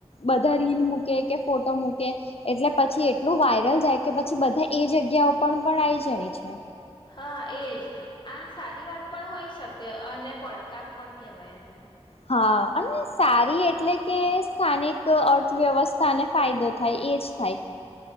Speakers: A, on the left; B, on the left.
A: બધા રીલ મૂકે કે ફોટો મૂકે એટલે પછી એટલું વાયરલ જાય કે પછી બધા એ જગ જગ્યાઓ પણ પણ આઈ જાય છે.
B: હા, એજ આ સારી વાત પણ હોય શકે અને પડકાર પણ કેહેવાય આને.
A: હા, અને સારી એટલે કે સ્થાનિક અર્થવ્યવસ્થાને ફાયદો થાય એજ થાય.